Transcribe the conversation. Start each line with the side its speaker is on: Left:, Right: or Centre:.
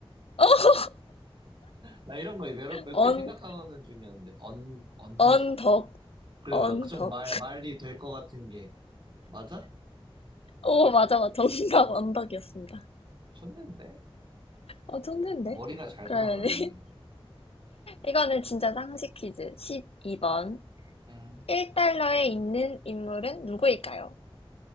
Left: 어!
Right: 나 이런 거 몇
Left: 언,
Right: 개 생각하는 중이었는데. 언, 언.
Left: 언덕,
Right: 그러니까
Left: 언덕.
Right: 그 좀 말, 말이 될 것 같은 게. 맞아?
Left: 오, 맞아, 맞아. 정답 언덕이었습니다.
Right: 천재인데?
Left: 어, 천재인데?
Right: 머리가 잘
Left: 그러면
Right: 돌아가네.
Left: <laughs> 이거는 진짜 상식 퀴즈. 12번.
Right: 음.
Left: 1달러에 있는 인물은 누구일까요?